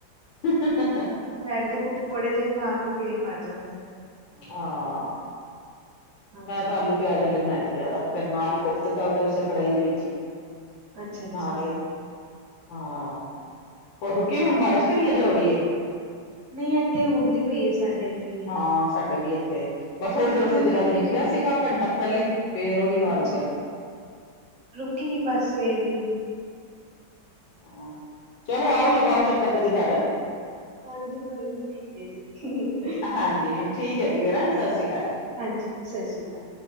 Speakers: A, on the left; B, on the right.
A: <inaudible>
B: ਬ੍ਰੈਡ ਦੇ ਪਕੌੜੇ ਤੇ ਖਾ ਕੇ ਪੇਟ ਭਰ ਜਾਂਦਾ।
A: ਹਾਂ
B: ਹਾਂਜੀ
A: ਮੈਂ ਤਾਂ ਆਲੂ ਪਿਆਜ ਆਲੇ ਬਣਾਏ ਸੀ ਜਿਆਦਾ ਫਿਰ ਨਾਲ ਹੀ ਕੋਫਤੇ ਤਲ ਤੇ ਉਸੇ ਕੜਾਹੀ ਦੇ ਵਿੱਚ ਹੀ
B: ਅੱਛਾ ਅੱਛਾ
A: ਨਾਲ ਈ ਹਾਂ ਹੋਰ ਰੁੱਕੀ ਹੁਣ ਬਾਰਿਸ਼ ਕੀ ਨਹੀਂ ਅਜੇ ਹੋ ਰਹੀ ਏ।
B: ਨਹੀਂ ਇੱਥੇ ਹੁੰਦੀ ਪਈ ਹੈ ਸਾਡੇ ਇੱਥੇ। ਵੀ
A: ਹਾਂ ਸਾਡੇ ਵੀ ਇੱਥੇ ਬ ਥੋੜੀ ਦੇਰ ਵਾਸਤੇ
B: ਰੁਕੀ
A: ਜਰਾ ਜਿਹਾ ਨਿਖਰਿਆ
B: ਨੀ ਰਹੀ
A: ਸੀਗਾ ਘੰਟਾ ਕ ਪਹਿਲੇ ਫੇਰ ਉਹੀ ਹਾਲ
B: ਅੱਛਾ
A: ਹੋ ਗਿਆ
B: ਰੁਕੀ ਨਹੀਂ ਬਸ ਸਵੇਰ ਦੀ
A: ਅ ਚਲੋ ਆਓ ਲਗਾਓ ਚੱਕਰ ਕਦੀ ਘਰ
B: ਹਾਂਜੀ ਕੋਈ ਨੀ ਹੈਗੀ ਹੈ ਜੀ। <inaudible>
A: ਹਾਂਜੀ ਠੀਕ ਹੈ ਜੀ ਹਨਾ ਫਿਰ ਸਤਿ ਸ਼੍ਰੀ ਅਕਾਲ ਜੀ।
B: ਹਾਂਜੀ ਸਤਿ ਸ਼੍ਰੀ ਅਕਾਲ।